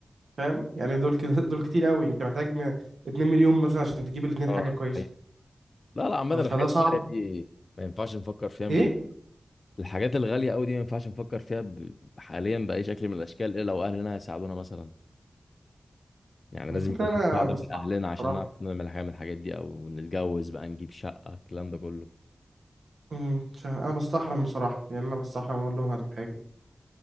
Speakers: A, on the right; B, on the left.
A: فاهم يعني دول كده دول كتير قوي انت محتاج م- 2 مليون مثلا عشان تجيب الاتنين
B: اه
A: حاجه كويسه
B: الحقيقة. لا لا عامه
A: ف-
B: الحاجات
A: فده صعب
B: التانية دي ما ينفعش نفكر فيها من
A: ايه
B: غير الحاجات الغالية أوي دي ما ينفعش نفكر فيها ب... حاليا بأي شكل من الأشكال إلا لو أهلنا هيساعدونا مثلا يعني
A: ما
B: لازم
A: الفكره
B: يكون في
A: انا
B: مساعدة
A: بستحرم
B: من أهلنا عشان
A: بصراحه
B: نعرف نعمل حاجة من الحاجات دي أو نتجوز بقى نجيب شقة الكلام ده كله
A: امم مش عارف، انا بستحرم بصراحه يعني انا بستحرم اقول لهم هاتوا حاجه